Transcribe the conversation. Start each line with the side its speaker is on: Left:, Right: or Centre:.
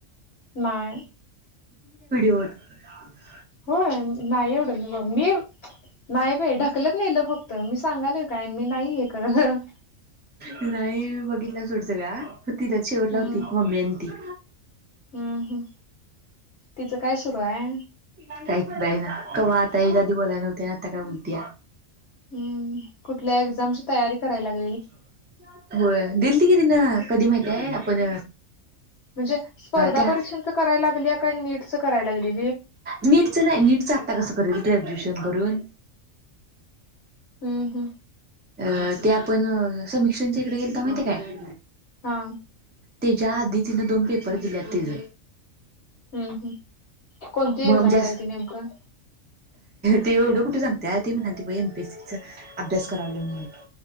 Left: नाही
Right: हो
Left: होय नाही एवढं मी नाही बाई ढकलत नाही ल फक्त मी सांगाल काय मी नाही हे करलं
Right: नाही बघितला सोड सगळ्या होती त्यात शेवटला
Left: हम्म
Right: होती मम्मी आणि ती <unintelligible>
Left: हम्म हम् तिचं काय सुरू आहे?
Right: <unintelligible> कायक आहे ना क वात आता ह्याच्या आधी बोलायला नव्ह्या आता काय बोलत
Left: हम् कुठल्या एक्झामची तयारी करायला ला
Right: हो दिल त कि तिन कधी माहितय आपण
Left: म्हणजे स्पर्धा
Right: त्या
Left: परीक्षेच कराय लागली का नीटचं कराय लागली
Right: नीटचं नाही नीटचं आत्ता कसं करेल ग्रॅज्युएशन करून
Left: हम्म हम्म
Right: अ.. ते आपण समीक्षांच्या इकडे गेल तर माहितीय काय
Left: हा
Right: त्याच्या आधी तिनं दोन पेपर दिलेत तेज
Left: हम्म हम्म कोणती
Right: मम
Left: एक्झाम
Right: जास्
Left: द्यालती नेमकं?
Right: ते एवढं कुठे सांगतया ती म्हणालती एम पी एस सी अभ्यास करालोय म्हणून